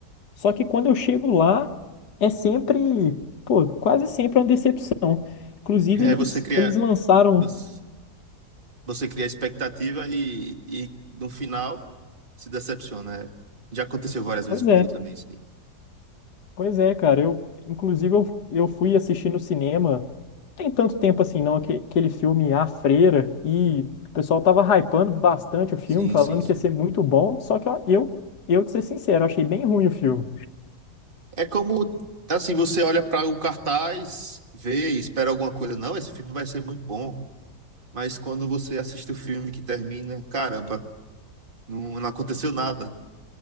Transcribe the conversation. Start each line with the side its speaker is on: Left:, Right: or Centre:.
Left: Só que quando eu chego lá, é sempre, pô, quase sempre uma decepção. Inclusive,
Right: <laughs> É,
Left: eles,
Right: você cria,
Left: eles lançaram.
Right: você você cria expectativa e, e no final se decepciona. É, Já aconteceu várias vezes
Left: Pois
Right: comigo
Left: é.
Right: também, isso aí.
Left: Pois é, cara. Eu, inclusive, eu, eu fui assistir no cinema. Tem tanto tempo assim, não, aque- aquele filme A Freira. E o pessoal tava hypando bastante o filme,
Right: Sim,
Left: falando
Right: sim, sim.
Left: que ia ser muito bom. Só que ó, eu, eu, de ser sincero, achei bem ruim o filme.
Right: É como, assim, você olha para o cartaz, vê, e espera alguma coisa. Não, esse filme vai ser muito bom. Mas quando você assiste o filme que termina, caramba, não, não aconteceu nada